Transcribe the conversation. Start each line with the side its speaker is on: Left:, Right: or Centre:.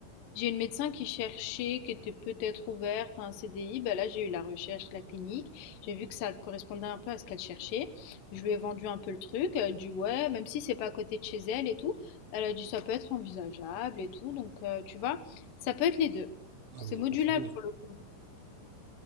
Left: J'ai une médecin qui cherchait, qui était peut-être ouverte à un CDI. Bah là, j'ai eu la recherche, de la clinique. J'ai vu que ça correspondait un peu à ce qu'elle cherchait. Je lui ai vendu un peu le truc. Elle a dit ouais, même si c'est pas à côté de chez elle et tout. Elle a dit ça peut être envisageable et tout. Donc, euh, tu vois, ça peut être les deux.
Right: Ah,
Left: C'est
Right: mais ils
Left: modulable
Right: ont pas signé.
Left: pour le coup.